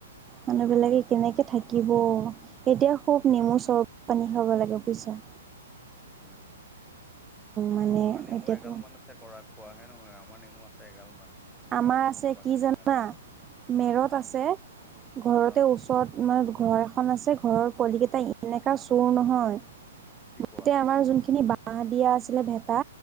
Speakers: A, on the right (about 20°); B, in the centre.
A: মানুহ
B: উম
A: বিলাকে কেনেকে থাক থাকিব এতিয়া খুব নেমু চৰবত, পানী খাব লাগে, বুইছা?
B: উম,
A: মানে
B: আমাৰ নেমু
A: এতিয়াতো
B: এগাল মান আছে। কৰা খোৱাহে নহয় আও। আমাৰ নেমু আছে এগাল মান। চিঙাও
A: আমাৰ
B: নহয়
A: আছে
B: খোৱাহে
A: কি
B: নহয়
A: জানা
B: এলাহ,
A: মেৰত
B: উম।
A: আছে ঘৰতে
B: অ
A: ওচৰত মানে ঘৰ এখন আছে। ঘৰৰ পোৱালিকেইটা এনেকা চোৰ নহয়।
B: কি
A: গোটে
B: কোৱা
A: আমাৰ যোনখিনি বা বাঁহ দিয়া আছিলে, ভেটা।